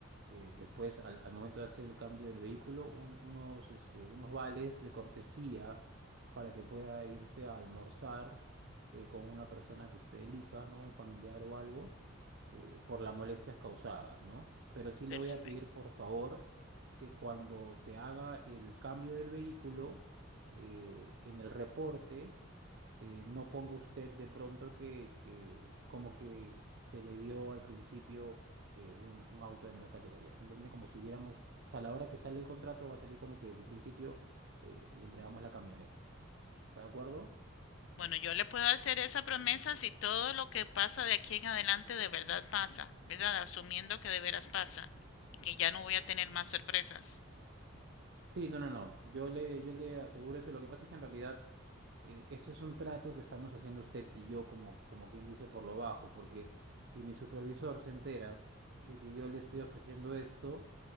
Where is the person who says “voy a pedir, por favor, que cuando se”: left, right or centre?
Right